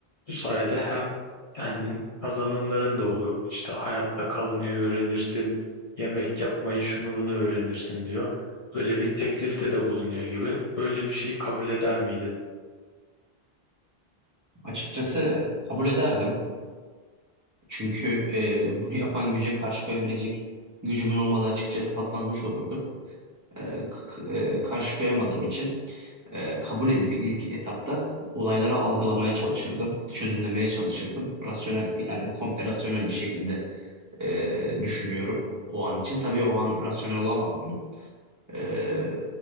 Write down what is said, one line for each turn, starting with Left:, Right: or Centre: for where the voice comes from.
Left: Bu sayede hem kendin kazanımların da olur. İşte hayatta kalmayı öğrenirsin, yemek yapmayı şunu bunu öğrenirsin diyor. Böyle bir teklifte de bulunuyor gibi. Böyle bir şeyi kabul eder miydin?
Right: Açıkçası kabul ederdim. Çünkü e, bunu yapan güce karşı koyabilecek gücümün olmadığı açıkça ispatlanmış olurdu. E, k- e, karşı koyamadığım için e, kabul edip ilk etapta olayları algılamaya çalışırdım, çözümlemeye çalışırdım. Rasyonel yani komple rasyonel bir şekilde e, düşünüyorum o an için. Tabii o an rasyonel olamazdım. Ee,